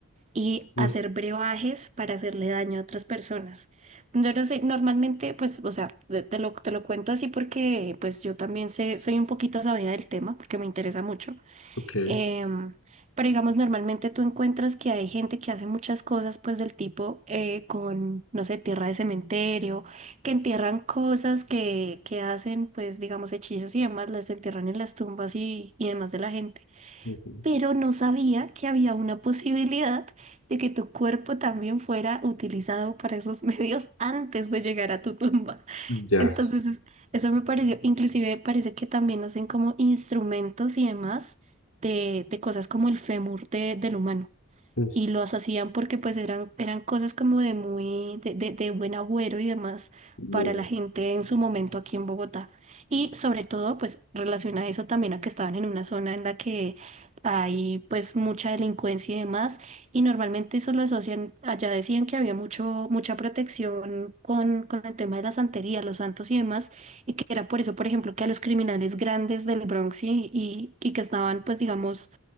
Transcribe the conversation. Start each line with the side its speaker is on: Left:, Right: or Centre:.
Right: y
Left: mm,
Right: hacer brebajes para hacerle daño a otras personas. Yo no sé, normalmente, pues, o sea, te te lo, te lo cuento así porque, pues, yo también sé, soy un poquito sabida del tema porque me interesa mucho.
Left: Ok.
Right: Em, pero digamos, normalmente tú encuentras que hay gente que hace muchas cosas, pues, del tipo eh, con, no sé, tierra de cementerio, que entierran cosas que, que hacen, pues, digamos, hechizos y demás, las entierran en las tumbas y, y demás de la gente
Left: ujú,
Right: pero no sabía que había una posibilidad de que tu cuerpo también fuera utilizado para esos <laughs> medios antes de llegar a tu tumba.
Left: Ya.
Right: Entonces, es- eso me pareció, inclusive parece que también hacen como instrumentos y demás de, de cosas como el fémur de- del humano
Left: mm,
Right: y los hacían porque pues eran, eran cosas como de muy, de, de- de buen agüero y demás
Left: No.
Right: para la gente en su momento aquí en Bogotá. Y sobre todo pues relaciona eso también a que estaban en una zona en la que hay pues mucha delincuencia y demás, y normalmente eso lo asocian, allá decían que había mucho, mucha protección con, con el tema de la santería, los santos y demás, y que era por eso, por ejemplo, que a los criminales grandes del Bronx y, y y que estaban pues digamos